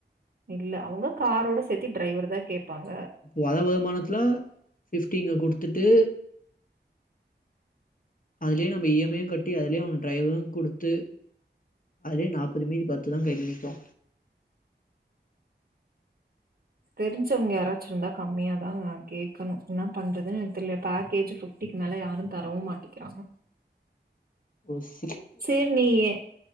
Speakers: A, on the right; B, on the left.
A: இல்ல அவுங்க காரோட சேர்த்தி டிரைவர் தா கேப்பாங்க
B: வத வருமானத்துல ஃபிஃப்டிங்க குடுத்துட்டு அதுலயே நம்ம இஎம்ஐயையு கட்டி அதுலயே அவன் டிரைவரு குடுத்து அதே நாற்பது மிரி பத்து தா கையி கடகோ
A: தெரிஞ்சவங்கயாராச்சிருந்தா கம்மியா தா கே்கணு என்ன பண்றதுன்னு எனக்கு தெரிய பேக்கேஜ் டிக்கு மேல யாரு தரவு மாட்டேங்க்கிறாங்க
B: உஸ்
A: செரி நியே